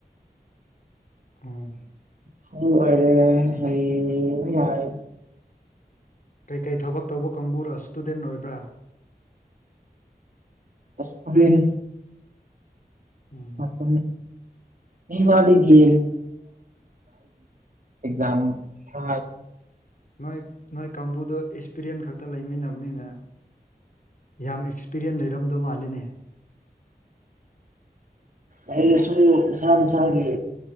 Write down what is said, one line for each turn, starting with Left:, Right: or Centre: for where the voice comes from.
Left: ꯎꯝ
Right: ꯍꯥ ꯑꯔꯦ ꯍ ꯌꯥꯔ
Left: ꯀꯩꯀꯩ ꯊꯕꯛ ꯇꯧꯕ ꯀꯥꯡꯕꯨꯔꯣ ꯏꯁꯇꯨꯗꯦꯟ ꯑꯣꯏꯕ꯭ꯔꯥ
Right: ꯑꯁꯤꯟ
Left: ꯎꯝ
Right: ꯃꯥꯄ ꯃꯤ ꯃꯥꯗꯤꯗꯤ ꯑꯦꯛꯖꯝ ꯊ
Left: ꯅꯣꯏ ꯅꯣꯏ ꯀꯥꯡꯕꯨꯗꯣ ꯑꯦꯛꯁꯄꯤꯔꯤꯌꯦꯟ ꯈꯛꯇ ꯂꯩꯃꯤꯟꯅꯕꯅꯤꯅꯦ ꯌꯥꯝ ꯑꯦꯛꯁꯄꯤꯔꯤꯌꯦꯟ ꯂꯩꯔꯝꯗꯧ ꯃꯥꯜꯂꯤꯅꯦ
Right: ꯑꯩ ꯁ ꯁꯝ ꯁꯥꯒꯤ